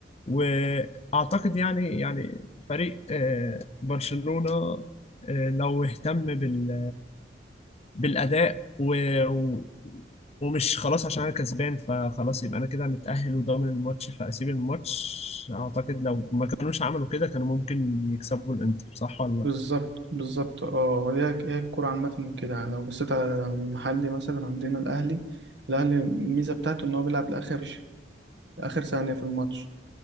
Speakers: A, on the left; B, on the right.
A: وأعتقد يعني يعني فريق آه، برشلونة آه، لو اهتم بال بالاداء و... و... ومش خلاص عشان انا كسبان فخلاص يبقى انا كده متاهل وضامن الماتش فاسيب الماتش اعتقد لو ما كانوش عملوا كده كانوا ممكن يكسبوا الانتر صح ولا لا
B: بالظبط بالظبط اه هي هي الكورة عامة كده يعني لو بصيت على المحلي مثلا عندنا الأهلي الأهلي الميزة بتاعته إن هو بيلعب لآخر آخر ثانية في الماتش